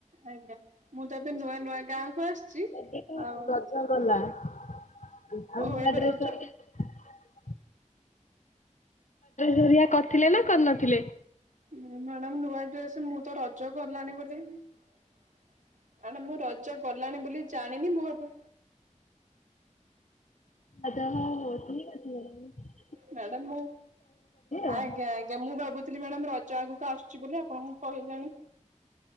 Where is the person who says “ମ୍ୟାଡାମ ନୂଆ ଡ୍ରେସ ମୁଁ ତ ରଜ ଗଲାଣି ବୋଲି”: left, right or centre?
Right